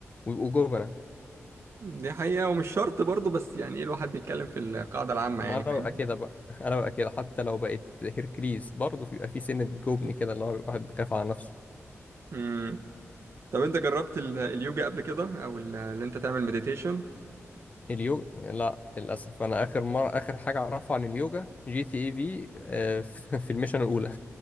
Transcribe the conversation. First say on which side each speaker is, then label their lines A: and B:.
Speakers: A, on the left; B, on the right.
A: ويبقوا جبنة
B: دي حقيقة ومش شرط برضو بس يعني ايه الواحد بيتكلم في القاعدة العامة
A: ما
B: يعني
A: انا
B: فاهم
A: ببقى كده بقى <laughs> انا ببقى كده حتى لو بقيت هيركليز برضه بيبقى في سنة جبن كده اللي هو بيبقى واحد بيخاف على نفسه
B: مم. طب انت جربت ال- اليوجا قبل كده او ال- اللي انت تعمل مديتيشن
A: اليوجا لا للاسف انا اخر مرة اخر حاجة اعرفها عن اليوجا جي تي اي في آه، <laughs> في الميشن الاولى